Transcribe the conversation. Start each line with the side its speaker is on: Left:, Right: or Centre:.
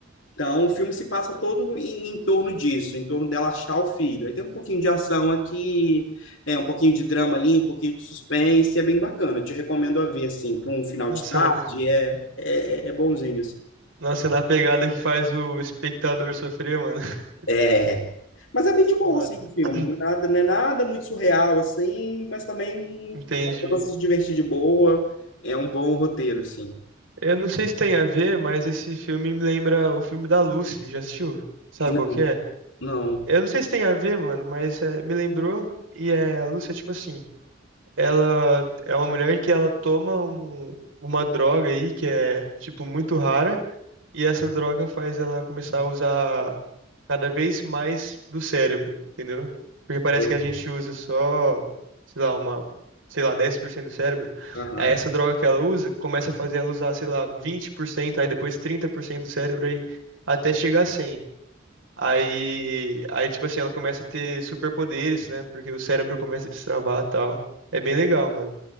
Left: Então, o filme se passa todo em, em torno disso, em torno dela achar o filho. Aí tem um pouquinho de ação aqui, é, um pouquinho de drama ali, um pouquinho de suspense, é bem bacana. Eu te recomendo a ver, assim, para um final
Right: Nossa,
Left: de tarde,
Right: na...
Left: é, é, é bonzinho, assim.
Right: Nossa, é na pegada que faz o espectador sofrer, mano. <laughs>
Left: É, Mas é bem de boa,
Right: Nossa.
Left: assim, o filme.
Right: <clears throat>
Left: Não é nada, não é nada muito surreal, assim, mas também
Right: Entendi.
Left: dá pra você se divertir de boa. É um bom roteiro, assim.
Right: Eu não sei se tem a ver, mas esse filme me lembra o filme da Lucy. Já assistiu? Sabe
Left: Não,
Right: qual que é?
Left: não.
Right: Eu não sei se tem a ver, mano, mas é, me lembrou. E é, a Lúcia, tipo assim, ela é uma mulher que ela toma um- uma droga aí que é, tipo, muito rara. E essa droga faz ela começar a usar cada vez mais do cérebro, entendeu? Porque parece
Left: aí eu
Right: que a gente usa só, sei lá, uma, sei lá, 10% do cérebro.
Left: vi.
Right: Aí essa droga que ela usa começa a fazer ela usar, sei lá, vinte por cento aí depois 30% do cérebro, aí até chegar a 100. Aí, aí, tipo assim, ela começa a ter superpoderes, né? Porque o cérebro começa a destravar e tal. É bem legal, mano.